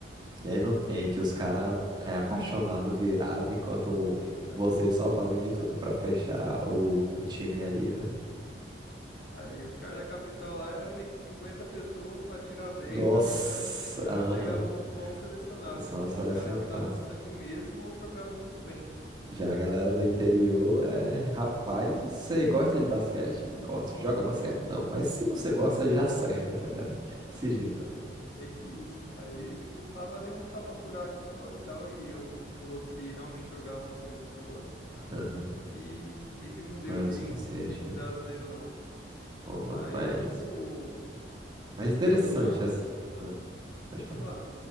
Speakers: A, on the right (about 25°); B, on the left (about 60°).
A: e aí não tem
B: que
A: que os caras é apaixonado, virado, enquanto
B: então.
A: vocês só faziam de tudo pra fechar o, o time ali, né?
B: Aí os caras da capital lá era meio que 50 pessoas pra tirar dez
A: Nossa,
B: ali, então os caras
A: aham.
B: pegavam só os selecionados,
A: Só
B: né? Só
A: selecionado.
B: os caras que davam o sangue mesmo ou jogavam muito bem, né?
A: Já a galera do interior é, rapaz, você gosta de basquete? Gosto. Joga basquete? Não, mas se você gosta, já serve, tá ligado? Desse
B: Então,
A: jeito.
B: meio que isso. Aí, tipo, tava ali uns tapa-buraca só e tal, e eu- alguns outros que realmente jogavam uma coisinha ou outra.
A: Aham,
B: Só que meio que não deu
A: Não era
B: de,
A: o suficiente,
B: de ir pro
A: né?
B: brasileiro, não.
A: Pô,
B: Aí,
A: mano, mas,
B: tipo, meio
A: mas interessante
B: que eu dou uma.
A: essa. Ah, pode falar.
B: Eu falar,